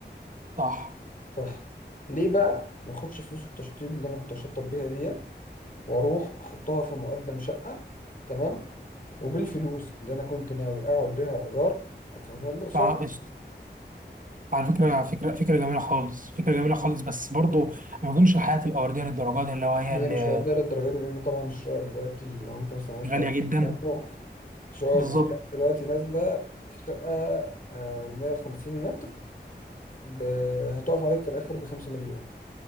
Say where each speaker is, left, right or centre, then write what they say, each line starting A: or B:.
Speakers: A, on the right; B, on the left.
A: صح
B: صح ليه بقى ما اخدش فلوس التشطيب اللي انا كنت هشطب بيها ديت واروح احطها في مقدم شقه تمام وبالفلوس اللي انا كنت ناوي اقعد بيها ايجار ادفع بيها الاقساط
A: فقشط على فكره فكره فكره جميله خالص فكره جميله خالص بس برضو ما اظنش الحياه تبقى ورديه للدرجه دي اللي هو هي
B: هي
A: ان
B: مش ورديه للدرجه دي لان طبعا الشقق دلوقتي لو انت مثلا عايز
A: غاليه
B: تقعد في
A: جدا
B: تجمع شقق
A: بالظبط
B: الاسكان دلوقتي نازله الشقه آه، 150 متر ب... هتقف عليك في الآخر بخمسة مليون